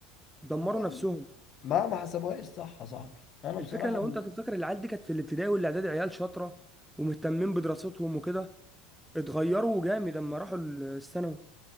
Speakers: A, in the centre; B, on the left (about 45°).
A: دمروا
B: اه يا عم
A: نفسهم
B: ما ما حسبوهاش صح يا صاحبي انا بصراحه
A: الفكره لو انت تفتكر العيال دي كانت في الابتدائي والاعدادي عيال شاطره ومهتمين بدراستهم وكده اتغيروا جامد لما راحوا الثانوي